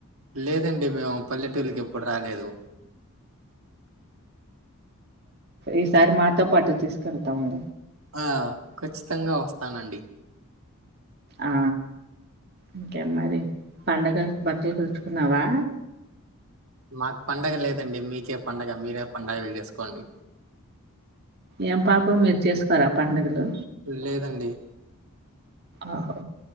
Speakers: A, on the right (about 65°); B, on the right (about 45°).
A: లేదండి మేము పల్లెటూరికి ఎప్పుడు రాలేదు.
B: ఈసారి మాతో పాటు తీసుకెళ్తాము.
A: ఆ ఖచ్చితంగా వస్తానండి.
B: ఆ ఇంకేం మరి పండగకు బట్టలు తెచ్చుకున్నావా
A: మాకు పండగ లేదండి మీకే పండగ మీరే పండగలు చేసుకోండి.
B: ఏం పాపం మీరు చేసుకోరా పండుగలు
A: లేదండి.
B: ఆహో